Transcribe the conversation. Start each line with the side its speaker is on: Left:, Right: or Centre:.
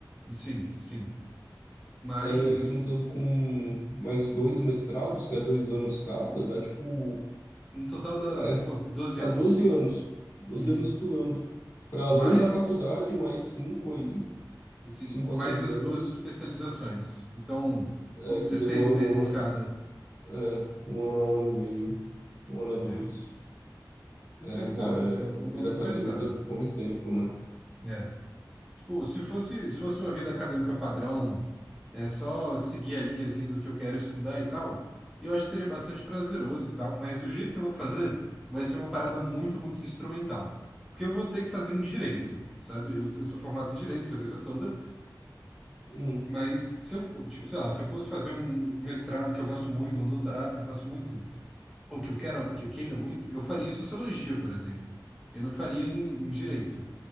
Centre: Sim, sim. Mas,
Left: É, juntando com mais dois mestrados, que é dois anos cada, dá tipo
Centre: no total dá,
Left: É,
Centre: pô, 12
Left: tá
Centre: anos.
Left: 12 anos. doze
Centre: Uhum.
Left: anos estudando. Para além
Centre: Mais,
Left: da faculdade, mais 5 aí,
Centre: assim,
Left: 5
Centre: mais
Left: a 6
Centre: as
Left: anos,
Centre: duas especializações. Então,
Left: é,
Centre: vamos
Left: que
Centre: 16
Left: demora
Centre: meses
Left: um ano,
Centre: cada,
Left: a- é, um ano a um ano e meio, um ano a dois.
Centre: né? Então,
Left: É, cara,
Centre: pô, é um bagulho
Left: vida acadêmica
Centre: pesado.
Left: come tempo, né?
Centre: né? Pô, se fosse, se fosse uma vida acadêmica padrão, é só seguir a linhazinha do que eu quero estudar e tal, eu acho que seria bastante prazeroso e tal, mas do jeito que eu vou fazer, vai ser uma parada muito, muito instrumental. Porque eu vou ter que fazer em direito, sabe? Eu, eu sou formado em direito, essa coisa toda,
Left: Hum,
Centre: mas se eu, for- tipo, sei lá, se eu fosse fazer um um mestrado que eu gosto muito, um doutorado que eu faço muito, ou que eu quero, que eu queira muito, eu faria em sociologia, por exemplo. Eu não faria em em direito